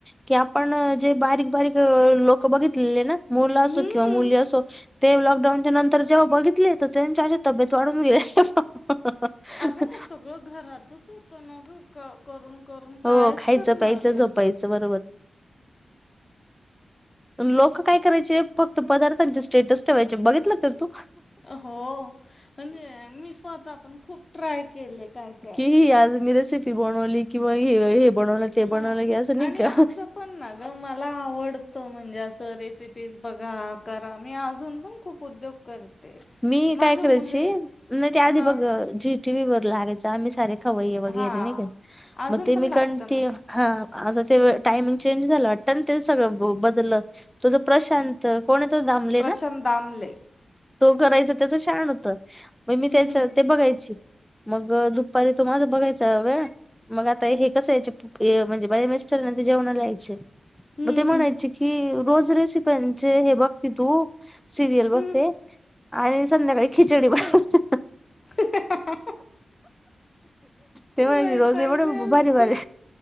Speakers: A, in the centre; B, on the left.
A: की आपण जे बारीक बारीक लोक बघितलेले ना. मुलं असो
B: हम्म.
A: किंवा मुली असो ते लॉकडाऊनच्या नंतर जेव्हा बघितले तर त्यांच्याशी तब्येत वाढ हा हा हा
B: अगं मग सगळं घरातच होतं ना ग करून करून कायच
A: हो खायचं
B: करणार
A: प्यायचं
B: येत
A: झोपायचं बरोबर लोक काय करायचे फक्त पदार्थ स्टेटस ठेवायचे बघितलं का तू
B: हो म्हणजे मी स्वतः पण खूप ट्राय केले काय काय.
A: कि ह आज मी रेसिपी बनवली किंवा हे बनवलं ते बनवलं
B: हा
A: की असं नाही
B: आणि
A: का
B: असं पण ना ग मला आवड तो म्हणजे असं रेसिपीज बघा करा मी अजून पण खूप उद्योग करते
A: मी
B: माझ्या
A: काय करायची
B: मुलीला
A: नाही ते आधी
B: हा
A: बघ जी टी व्ही वर लागायच आमही सार खवय वगैरे
B: हा
A: नाही का
B: अजून
A: मग ते
B: पण
A: मी
B: लागतं
A: का
B: ना
A: हा आता ते टायमिंग चेंज झालं वाट ते सगळं बदल तुझ प्रशांत कोण येत ाबले
B: प्रशांत
A: ना
B: दामले
A: तो करायचा त्याच शान होतं मग मी
B: हम्म
A: त्याच्या ते बघायची मग दुपारी तो माझा बघायचा वेळ. मग आता हे कसं यायचे म्हणजे बाहेया मिस्टरानचे ते जेवणाला यायचे.
B: हम्म
A: मग ते म्हणायची कि रोज रेसिप्यांचे हे बघते तू सिरियल बघते
B: हम्म
A: आणि संध्याकाळी खिचडी बघते
B: हा हा
A: तेव्हा
B: वैतागले
A: रोजे एवढ
B: असतील
A: भारी भारी